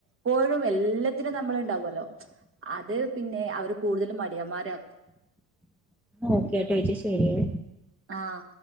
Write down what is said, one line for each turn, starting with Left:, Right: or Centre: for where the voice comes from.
Right: പോഴും എല്ലത്തിനും നമ്മള് ഇണ്ടാവൊല്ലോ അത് പിന്നെ അവർ കൂടുതലും മടിയന്മാരാ
Centre: ഓക്കെട്ടോ യേച്ചി ശരിയേ
Right: ആഹ്